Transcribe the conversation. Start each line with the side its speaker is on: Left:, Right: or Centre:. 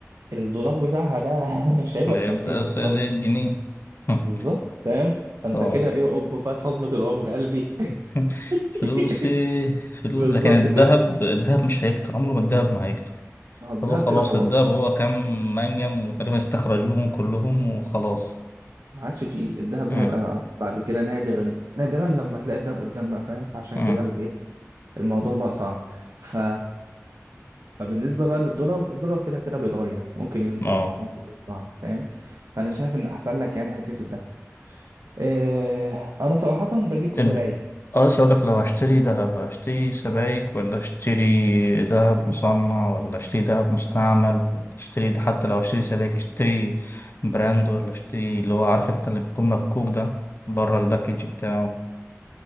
Right: الدولار بتاعها ده <laughs> مش هيبقى
Left: يبقى
Right: ب 50 جنيه
Left: زي
Right: خالص
Left: زي الجنيه <laughs>
Right: بالظبط فاهم فانت
Left: اه
Right: كده ايه اوب بقى صدمه العمر قلبي
Left: <laughs>
Right: <laughs>
Left: فلوسي فلوس
Right: بالظبط
Left: لكن الذهب
Right: كده
Left: الذهب مش هيكتر عمره ما الذهب ما هيكتر
Right: ما هو الدهب
Left: هو خلاص
Right: كده خلاص
Left: اتضرب هو كام منجم وتقريبا استخرجوهم كلهم وخلاص
Right: ما عادش فيه الدهب ده
Left: امم
Right: هيبقى بعد كده نادرا نادرا لما تلاقي الدهب قدام بقى فاهم فعشان
Left: امم
Right: كده الايه الموضوع بقى صعب ف فبالنسبة بقى للدولار الدولار كده كده بيتغير ممكن ينزل
Left: اه
Right: ممكن يطلع فاهم فأنا شايف إن أحسن لك يعني حتة الدهب إيه أنا صراحة بجيب سبائك
Left: اد اه لسه اقول لك لو هشتري دهب هشتري سبائك ولا اشتري دهب مصنع ولا اشتري دهب مستعمل ولا اشتري ده حتى لو هشتري سبائك اشتري براند ولا اشتري اللي هو عارف انت اللي بيكون مفكوك ده بره الباكج بتاعه